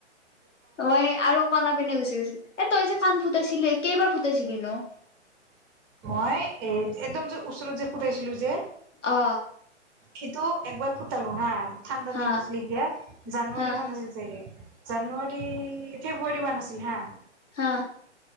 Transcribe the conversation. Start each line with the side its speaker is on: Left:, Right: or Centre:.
Left: মই আৰু কনা পিনে গুচি গৈছিলো। তই যে কাণ ফুটাইছিলে কেইবাৰ ফুটাইছিলি নো?
Right: মই এ একদম যে ওচৰত যে ফুটাইছিলো যে‌
Left: অ
Right: কিন্তু একবাৰ ফুটালো হা ঠাণ্ডা
Left: হা
Right: দিন আছিলে এতিয়া জানুৱাৰী
Left: হা
Right: মান আছিল চাগে। জানুৱাৰী ফেব্ৰুৱাৰী মান আছিল হা।
Left: হা।